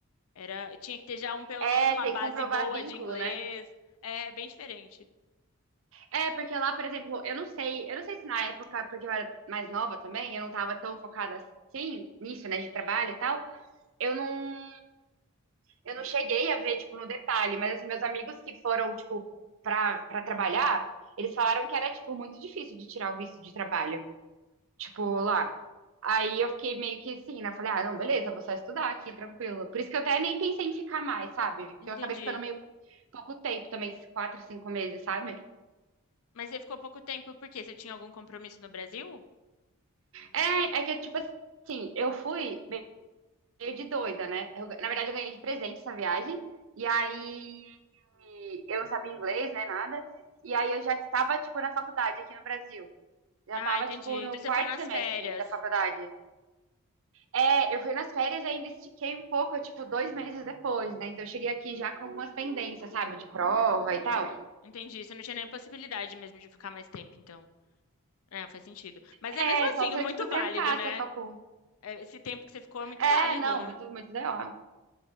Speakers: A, on the left (about 80°); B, on the right (about 65°).
A: Era, eu tinha que ter já um, pelo
B: É,
A: menos uma
B: tem
A: base
B: que comprovar
A: boa
B: vínculo,
A: de inglês.
B: né?
A: É bem diferente.
B: É, porque lá, por exemplo, eu não sei, eu não sei se na época, porque eu era mais nova também, eu não tava tão focada assim nisso, né, de trabalho e tal. Eu não, eu não cheguei a ver, tipo, no detalhe, mas assim, meus amigos que foram, tipo, pra, pra trabalhar, eles falaram que era, tipo, muito difícil de tirar o visto de trabalho. tipo, lá. Aí eu fiquei meio que assim, né? Falei, ah, não, beleza, vou só estudar aqui, tranquilo. Por isso que eu até nem pensei em ficar mais, sabe?
A: Entendi.
B: Que eu acabei ficando meio pouco tempo também, esses quatro, cinco meses, sabe?
A: Mas você ficou pouco tempo, por quê? Você tinha algum compromisso no Brasil?
B: É, é que, tipo assim, eu fui meio de doida, né? Eu- na verdade, eu ganhei de presente essa viagem. E aí eu não sabia inglês, né, nada. E aí eu já estava, tipo, na faculdade aqui no Brasil. Já
A: Ah,
B: estava,
A: entendi.
B: tipo, no
A: Então
B: quarto
A: você foi nas
B: semestre
A: férias.
B: da faculdade. É, eu fui nas férias e ainda estiquei um pouco, tipo, dois meses depois, né? Então eu cheguei aqui já com algumas pendências, sabe? De prova e tal.
A: Entendi. Você não tinha nem possibilidade mesmo de ficar mais tempo, então. É, faz sentido. Mas
B: É,
A: é mesmo assim,
B: só se
A: muito
B: eu, tipo, trancasse
A: válido, né?
B: a facul.
A: É, Esse tempo que você ficou é muito
B: É,
A: válido.
B: não,
A: né?
B: muito, muito D.O.